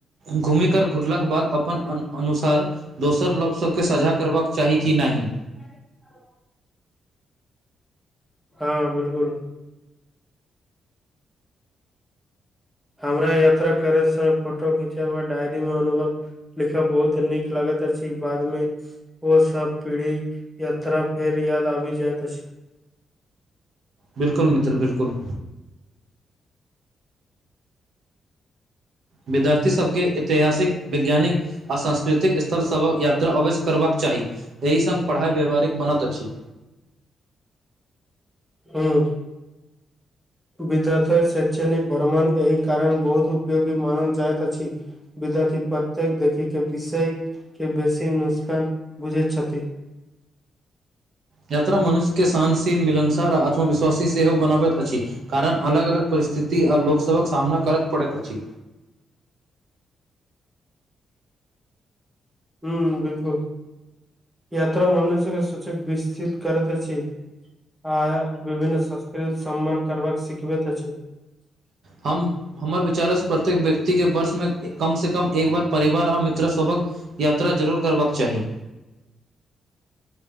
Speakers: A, on the right; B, in the centre.
A: घूमी कर घुरलाके बाद अपन अनुसार दोसर लोक सभ केँ साझा करबाक चाही कि नाहि
B: ह <unintelligible> हँ बिल्कुल हमरा यात्रा कर स फोटो खिंचेब डायरी मे अनुभव लिखब बहुत नीक लागत अछि बाद मे ओ सब पीढ़ी यात्रा फेर याद आबि जायइत अछि
A: बिल्कुल मित्र बिल्कुल विद्यार्थी सबके ऐतिहासिक वैज्ञानिक अ सस्कृतिक स्थल सभक यात्रा अवश्य करबाक चाही एहि संग पढ़ाइ व्यवहारिक बनत अछि
B: हूं विद्यार्थय शै्षणिक भरमण एहि कारण बहुत उपयगी मान जात अछि विदार्थी प्रक्येक देखिक के विषय के बेसी नुस्कान बुझैत छथि
A: यात्रा मनुष्य के सहनशील मिलनसार आ आत्मविश्वासी सेहो बनाबैत अछि कारण अलग अलग परिस्थिति आ लोकसभक सामना करत पड़त अछि
B: हूं बिल्कुल यात्रा मनसके सचक विससित करैत अछि आ विभिन्न संस्कृत सम्मन करबा सिखबेैत अछि
A: हम हमर विचार स प्रत्येक व्यक्ति के वर्ष मे कम से कम एक बार परिवार आओर मित्र सबक यात्रा जरूर करबाक चाही